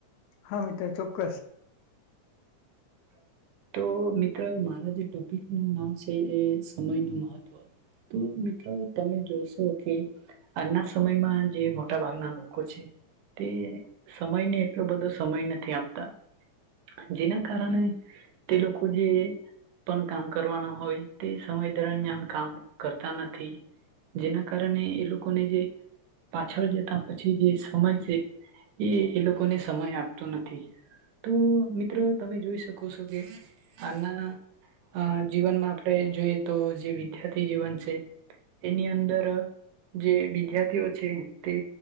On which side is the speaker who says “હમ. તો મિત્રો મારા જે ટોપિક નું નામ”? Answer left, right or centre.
Right